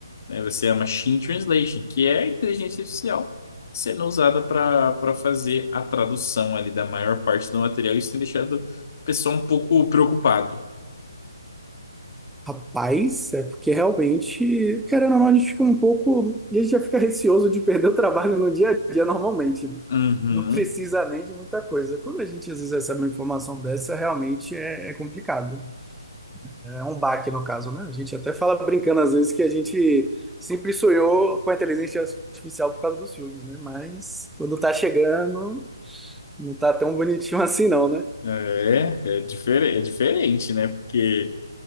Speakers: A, on the left; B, in the centre.
A: né? Vai ser a machine translation, que é a inteligência artificial sendo usada para para fazer a tradução ali da maior parte do material. Isso tem deixado o pessoal um pouco preocupado.
B: Rapaz, é porque realmente, querendo ou não, a gente fica um pouco. E a gente já fica receoso de perder o trabalho no dia a dia normalmente, né?
A: Uhum.
B: Não precisa nem de muita coisa. Quando a gente às vezes recebe uma informação dessa, realmente é, é complicado. É um baque, no caso, né? A gente até fala brincando às vezes que a gente sempre sonhou com a inteligência artificial por causa dos filmes, né? Mas quando tá chegando, não tá tão bonitinho assim, não, né?
A: É, é, difer é diferente, né? Porque,